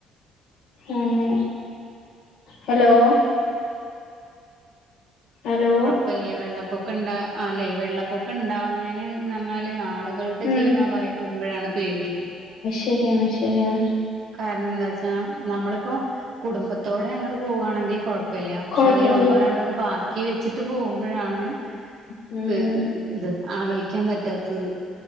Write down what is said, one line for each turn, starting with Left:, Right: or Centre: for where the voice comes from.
Left: ങ്ങനെ ഹലോ ഹലോ
Right: കൊയപ്പല്ല്യ വെള്ളപ്പൊക്ക ണ്ട ല്ലെ വെള്ളപ്പൊക്ക ണ്ടാവുന്നതിന് ന്നർഞ്ഞാല് ആള് ക്കൾടെ
Left: ഉം
Right: ജീവ അഭായപ്പെടുമ്പഴാണ് പേടി
Left: ശര്യാണ് ശര്യാണ്
Right: കാര്ണ ന്താ ച്ചാ നമ്മളിപ്പോ കുടുംബത്തോടെ അങ്ങട്ട് പോവാണെങ്കി കൊയ പ്പല്ല്യ പഷെ
Left: കൊഴപ്പല്ല
Right: അതിൽ ഒന്നോ രണ്ടൊക്കെ ബാക്കി വെച്ചിട്ട് പോകുമ്പോഴാണ്
Left: ഉം
Right: പെ ഇത് ആലോയ്ക്കാൻ പറ്റാത്തത്